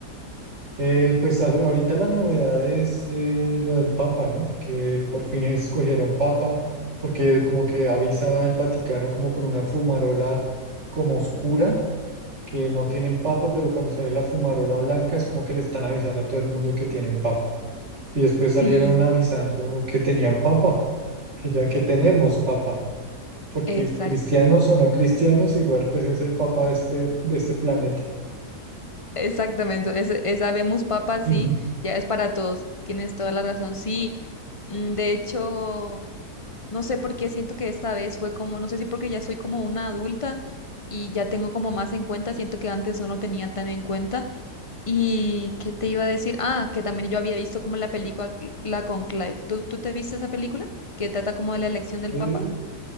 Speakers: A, on the right; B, on the left.
A: Eh, pues a- ahorita la novedad es eh, lo del Papa, ¿no? Que por fin escogieron Papa, porque como que avisa el Vaticano como con una fumarola como oscura, que no tienen Papa, pero cuando sale la fumarola blanca es como que le están avisando a todo el mundo que tienen Papa. Y después
B: Sí,
A: salieron avisando que tenían Papa, que ya que tenemos Papa, porque
B: Exacto,
A: cristianos o no cristianos, igual pues es el Papa de este, de este planeta.
B: exactamente, ese- esa vemos papa, sí,
A: Ujú.
B: ya es para todos, tienes toda la razón, sí. mm, De hecho, no sé por qué siento que esta vez fue como, no sé si porque ya soy como una adulta y ya tengo como más en cuenta, siento que antes no lo tenía tan en cuenta ¿Y qué te iba a decir? Ah, que también yo había visto como la película La Conclave. ¿Tú, tú te viste esa película? Que trata como de la elección del
A: Eh,
B: Papa.